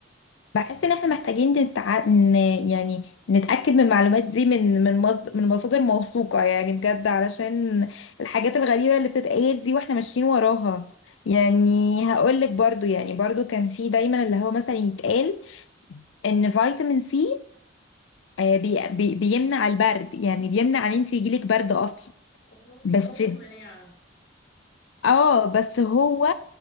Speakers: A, on the left; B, on the left.
A: بحس ان احنا محتاجين نتع... ن... يعني نتأكد من المعلومات دي من من مصد... من مصادر موثوقة يعني بجد علشان الحاجات الغريبة اللي بتتقال دي واحنا ماشيين وراها يعني هقولك برضو يعني برضو كان في دايما اللي هو مثلا يتقال ان فيتامين سي آه، بي... بي... بيمنع البرد يعني بيمنع ان انت يجيلك برد اصلا
B: ان هو بيقوي
A: بس
B: المناعة
A: اه بس هو